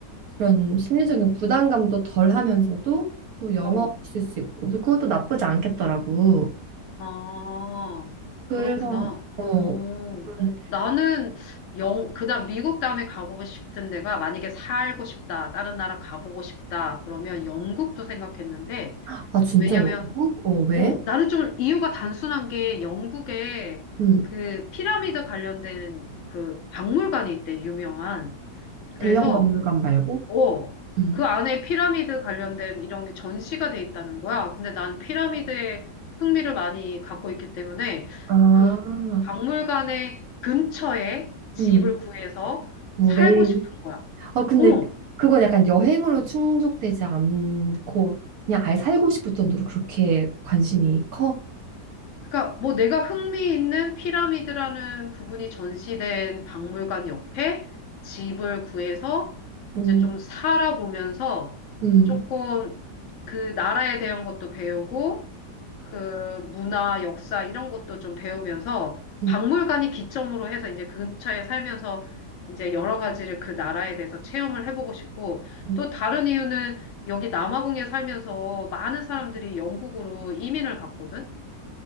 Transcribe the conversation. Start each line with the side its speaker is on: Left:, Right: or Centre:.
Right: 그런 심리적인 부담감도 덜 하면서도 또 영어
Left: 어,
Right: 쓸 수 있고 그래서 그것도 나쁘지 않겠더라고.
Left: 아,
Right: 그래서
Left: 그렇구나.
Right: 어,
Left: 어,
Right: 음,
Left: 나는 영, 그다음 미국 다음에 가보고 싶은 데가 만약에 살고 싶다, 다른 나라 가보고 싶다, 그러면 영국도 생각했는데,
Right: 아 진짜
Left: 왜냐면
Right: 영국? 어 왜?
Left: 어, 나는 좀 이유가 단순한 게 영국에
Right: 음
Left: 그 피라미드 관련된 그 박물관이 있대, 유명한. 그래서,
Right: 대형 박물관 말고?
Left: 어,
Right: 음
Left: 그 안에 피라미드 관련된 이런 게 전시가 돼 있다는 거야. 근데 난 피라미드에 흥미를 많이 갖고 있기 때문에
Right: 아,
Left: 그 박물관의 근처에 집을
Right: 음,
Left: 구해서
Right: 뭐
Left: 살고
Right: 매일
Left: 싶은 거야.
Right: 아, 근데
Left: 어,
Right: 그건 약간 여행으로 충족되지 않고 그냥 아예 살고 싶을 정도로 그렇게 관심이 커?
Left: 그러니까 뭐 내가 흥미 있는 피라미드라는 부분이 전시된 박물관 옆에 집을 구해서
Right: 음,
Left: 이제 좀 살아보면서
Right: 음,
Left: 조금 그 나라에 대한 것도 배우고 그 문화, 역사 이런 것도 좀 배우면서
Right: 음.
Left: 박물관이 기점으로 해서 이제 그 근처에 살면서 이제 여러 가지를 그 나라에 대해서 체험을 해보고 싶고
Right: 음.
Left: 또 다른 이유는 여기 남아공에 살면서 많은 사람들이 영국으로 이민을 갔거든.